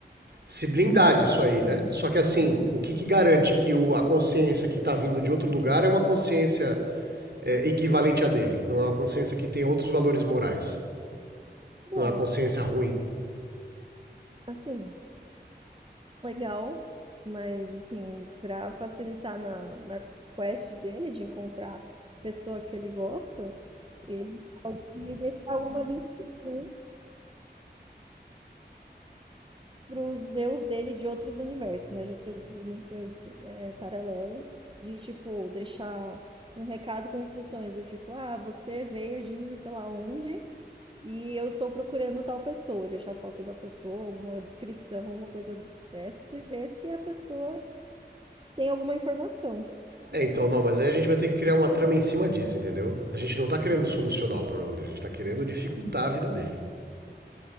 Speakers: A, on the right (about 65°); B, on the right (about 30°).
A: se blindar disso aí, né? Só que assim, o que, que garante que o, a consciência que tá vindo de outro lugar é uma consciência é, equivalente à dele? Não é uma consciência que tem outros valores morais.
B: Bom,
A: Não é uma consciência ruim.
B: assim. Legal, mas assim, pra facilitar na, na quest dele de encontrar a pessoa que ele gosta, ele pode deixar algumas instruções pros Zeus dele de outros universos, né? De outras dimensões é, paralelas, de tipo, deixar um recado com instruções do tipo, ah, você veio de sei lá onde e eu estou procurando tal pessoa, deixar a foto da pessoa, alguma descrição, alguma coisa dessas, e ver se a pessoa tem alguma informação.
A: É, então não, mas aí a gente vai ter que criar uma trama em cima disso, entendeu? A gente não tá querendo solucionar o problema dele, a gente tá querendo dificultar a vida dele.